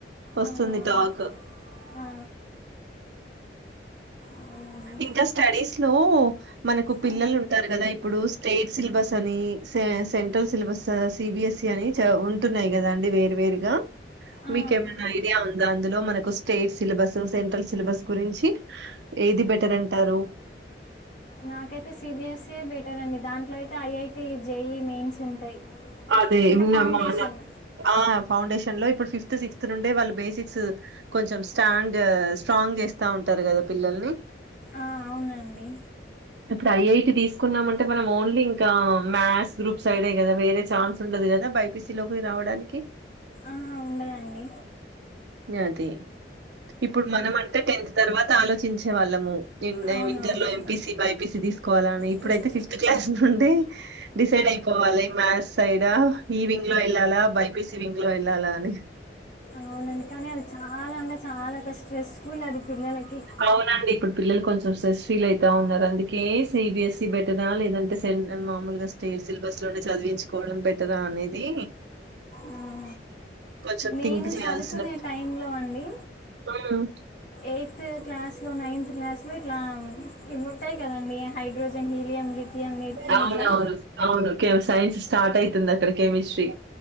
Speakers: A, on the right; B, on the left.
A: వస్తుంది
B: అవునవును
A: టాక్
B: ఆ, అవునండి
A: ఇంకా స్టడీస్ లో మనకు పిల్లలు
B: ఆ,
A: ఉంటారు గదా ఇప్పుడు స్టేట్ సిలబస్ అని సె సెంట్రల్ సిలబస్ సిబిఎస్ఈ అని చ ఉంటున్నాయి గదా అండి వేర్ వేరుగా
B: ఆ,
A: మీకు ఏమైనా ఐడియా ఉందా అందులో మనకు స్టేట్ సిలబస్ సెంట్రల్ సిలబస్ గురించి ఏది బె బెటర్ అంటారు
B: నాకైతే సిబిఎస్ఏ బెటర్ అండి దాంట్లో అయితే ఐఐటి జేఈ మెయిన్స్ ఉంటాయి
A: అదే
B: అంటే
A: ఇంకా
B: ఫౌండేషన్
A: మన ఆ ఫౌండేషన్ లో ఇప్పుడు ఫిఫ్త్ సిక్త్స్ నుండే వాళ్ళు బేసిక్స్ కొంచెం స్టాండ్ స్ట్రాంగ్ చేస్తా ఉంటారు చేస్తారు గదా పిల్లల్ని
B: ఆ అవునండి
A: ఇప్పుడు ఐఐటీ తీసుకున్నామ అంటే మనం ఓన్లీ ఇంకా మ్యాథ్స్ గ్రూప్ సైడే కదా వేరే ఛాన్స్ ఉండదు కదా బైపీసి లోకి రావడానికి
B: ఆహా ఉండదండి
A: అ అదే ఇప్పుడు మనం అంటే టెన్త్ తర్వాత ఆలోచించే వాళ్ళము
B: అవునవును
A: ఇంటర్ లో ఎంపీసి బైపీసి తీసుకోవాలని ఇప్పుడతే
B: తీసు
A: ఫిఫత్ క్లాస్ నుడి డిసైడ్ అయిపోవాలి మాథ్స్ సైడ్ ఆహ్ వింగ్ లో వెళ్లాలా బైబసివింగ్ లో వెళ్లాలా అని
B: అవునా చాలా ఒక స్ట్రెస్ఫుల్ అది పిల్లలకి
A: అవునండి ఇప్పుడు పిల్లలు కొంచెం సెస్ ఫీల్ అయితా ఉన్నారు అందుకే సిబిఎస్ఈ బెటర్ ఆ లేదంటే మామూలుగా స్టే సిలబస్ లోనే చదివించుకోవడం బెటర్ ఆ అనేది
B: ఆ
A: కొంచెం థింక్
B: నేను
A: చేయాల్సిన
B: చదువుకునే టైం లో అండి
A: హ్మ్.
B: ఎ త్ క్లాస్ లో నైన్త్ క్లాస్ లో ఇట్లా ఇవి ఉంటాయి కదండి హైడ్రోజన్ హీలియం లిథియం ని-
A: అవునవును
B: ఇట్లా
A: అవును సైన్స్ స్టార్ట్ అవుతుంది అక్కడ కెమిస్ట్రీ